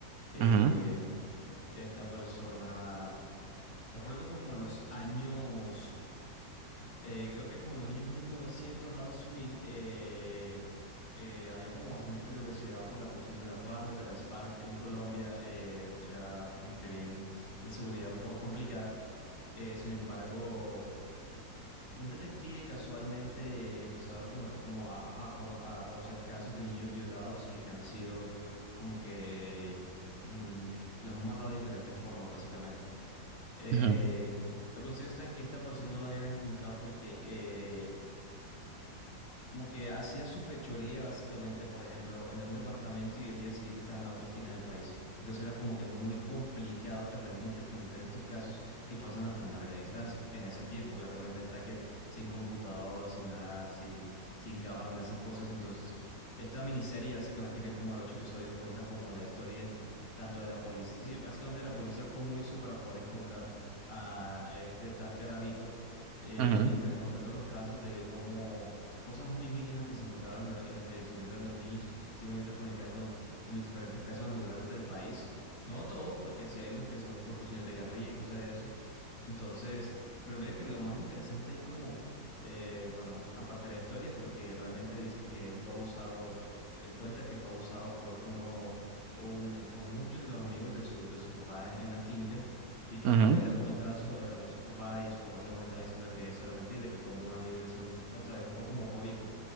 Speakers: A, on the left; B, on the right.
A: eh,
B: Ujú,
A: esta persona, se pone como en los años, eh, creo que como en los años 1900 a 2000, eh, eh, había como bastante peligrosidad por la cuestión de las bandas, de las FARC en Colombia, eh, era como que bien la seguridad un poco complicada. Eh, sin embargo, un detective casualmente empezó a, recono- como a, a cono- a conocer casos de niños violados y que han sido como que mm, los han matado de diferentes formas, básicamente. Eh,
B: ujú,
A: la cuestión está en que esta persona no la habían encontrado porque eh, como que hacía su fechoría básicamente, por ejemplo, en un departamento y el día siguiente estaba en la otra esquina del país. Entonces era como que muy complicado tratar de interconectar estos casos que pasan a tan larga distancia. En ese tiempo, claramente está que sin computador, sin nada, sin, sin cámara, ni esas cosas. Entonces, esta miniserie básicamente que es como de ocho episodios cuenta como la historia tanto de la policía, sí, básicamente de la policía cómo hizo para poder encontrar a este tal Garavito eh,
B: ujú,
A: intercontando los casos de cómo cosas muy mínimas que se encontraron en la- en el fallecimiento de los niños se iban interconectando en los diferentes casos a lo largo del país. No todos, porque sí hay unos que son por cuestiones de guerrilla y cosas de esos. Entonces, pero mira que lo más interesante es como, eh, bueno, aparte de la historia, porque realmente dicen que él fue abusado, él cuenta que fue abusado por uno, un- por muchos de los amigos de su, de su papá en en la finca. Y que
B: ujú,
A: pues él
B: ujú,
A: le comentaba a su, a su papá y su papá se molestaba diciendo que eso era mentira, que como un amigo iba a ser homosexual, ¿sabes? Un poco homofóbico